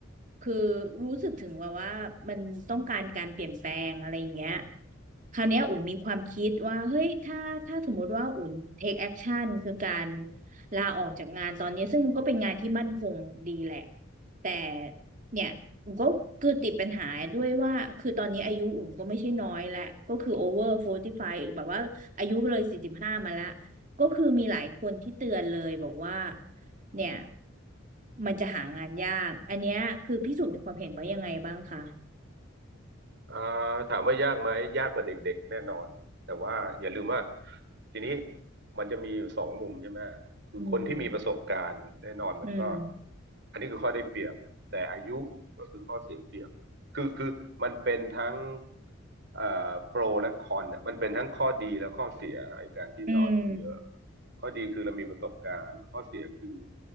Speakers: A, on the right; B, on the right.
A: คือรู้สึกถึงว่าว่ามันต้องการการเปลี่ยนแปลงอะไรอย่างเงี้ยคราวเนี้ยอุ่นมีความคิดว่าเฮ้ยถ้าถ้าสมมติว่าอุ่น
B: อืม
A: take action คือการลาออกจากงานตอนนี้ซึ่งมันก็เป็นงานที่มั่นคงดีแหละแต่ เนี่ยอุ่นก็คือติดปัญหาด้วยว่าคือตอนนี้อายุอุ่นก็ไม่ใช่น้อยแล้วก็คือโอเวอร์โฟร์ีสิบห้ไฟแบบว่าอายุเลยสี่สิบห้ามาแลวก็คือมีหลายคนที่เตือนเลยบอกว่าเนี่ยมันจะหางานยากอันเนี้ยคือพี่สุมีความเห็นว่ายังไงบ้างคะ
B: เอ่อถามว่ายากไหมยากกว่าเด็กๆแน่นอนแต่ว่าอย่าลืมว่าทีนี้มันจะมีอยู่สองมุมใช่ไหม คือคนที่มีประสบการณ์แน่นอนมันก็
A: อืมอืม
B: อันนี้คือข้อได้เปรียบแต่อายุก็คือข้อเสียเปรียบคือคือมันเป็นทั้งเอ่อโปรและคอนเนี่ยมันเป็นทั้งข้อดีและข้อเสียไอ้การที่เราอายุเยอะ
A: อืม
B: ข้อดีคือเรามีประสบการณ์ข้อเสียคือ